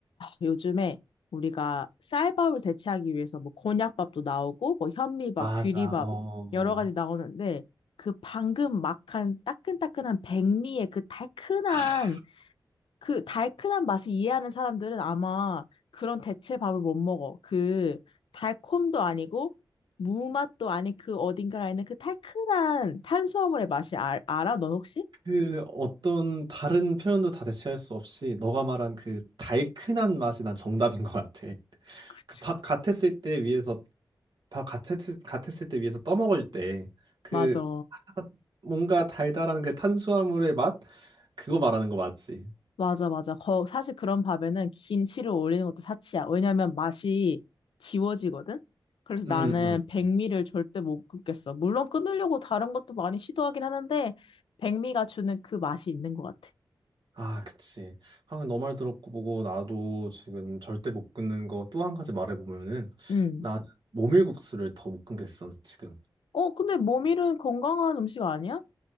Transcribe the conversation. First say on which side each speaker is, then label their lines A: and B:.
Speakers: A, on the left; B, on the right.
A: 요즘에 우리가 쌀밥을 대체하기 위해서 뭐 곤약밥도 나오고 뭐 현미밥,
B: 맞아.
A: 귀리밥
B: 어. 어.
A: 여러 가지 나오는데 그 방금 막한 따끈따끈한 백미의 그 달큰한
B: 아,
A: 그 달큰한 맛을 이해하는 사람들은 아마 그런 대체 밥을 못 먹어. 그 달콤도 아니고 무맛도 아닌 그 어딘가에 있는 그 달큰한 탄수화물의 맛이 알, 알아? 넌 혹시?
B: 그 어떤 다른 표현도 다 대체할 수 없이 너가 말한 그 달큰한 맛이 난 정답인 것 같아.
A: 그치,
B: 그 밥
A: 그치.
B: 같았을 때 위에서 바로 같았을, 같았을 때 위에서 떠먹을 때 그
A: 맞아.
B: 뭔가 달달한 그 탄수화물의 맛 그거 말하는 거 맞지?
A: 맞아, 맞아. 거, 사실 그런 밥에는 김치를 올리는 것도 사치야. 왜냐면 맛이 지워지거든? 그래서 나는
B: 음, 음.
A: 백미를 절대 못 끊겠어. 물론 끊으려고 다른 것도 많이 시도하긴 하는데, 백미가 주는 그 맛이 있는 것 같아.
B: 아, 그치. 아, 너말 들었고 보고 나도 지금 절대 못 끊는 거 또 한 가지 말해보면은
A: 음.
B: 나는 모밀국수를 더 못 끊겠어 지금.
A: 어, 근데 모밀은 건강한 음식 아니야?